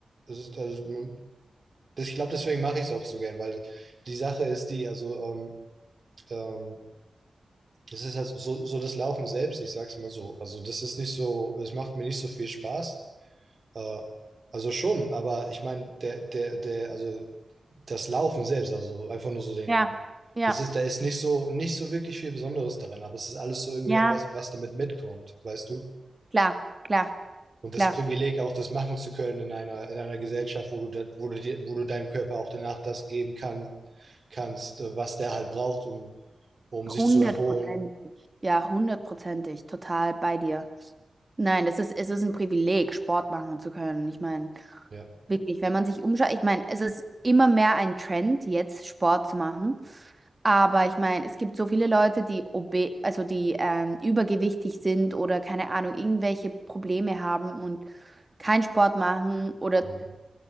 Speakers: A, on the right (about 40°); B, on the right (about 20°).
A: das ist, also man, Das, ich glaube, deswegen mache ich es auch so gern, weil die Sache ist die, also ähm, ähm, das ist halt so, so das Laufen selbst, ich sag's mal so. Also das ist nicht so, es macht mir nicht so viel Spaß. Äh, also schon, aber ich meine, der, der, der, also das Laufen selbst, also einfach nur so den,
B: Ja, ja,
A: das ist, da ist nicht so, nicht so wirklich viel Besonderes daran, aber es ist alles so irgendwie
B: ja,
A: was, was damit mitkommt, weißt du?
B: klar, klar,
A: und
B: klar.
A: das Privileg auch das machen zu können in einer, in einer Gesellschaft, wo du, da, wo, du dir, wo du deinem Körper auch danach das geben kann, kannst, äh, was der halt braucht, um, um sich
B: Hundertprozentig.
A: zu erholen.
B: Ja, hundertprozentig. Total bei dir. Nein, das ist, es ist ein Privileg, Sport machen zu können. Ich meine,
A: Ja.
B: wirklich, wenn man sich umschaut, ich meine, es ist immer mehr ein Trend, jetzt Sport zu machen. Aber ich meine, es gibt so viele Leute, die obe, also die ähm, übergewichtig sind oder keine Ahnung, irgendwelche Probleme haben und keinen Sport machen oder
A: Mhm.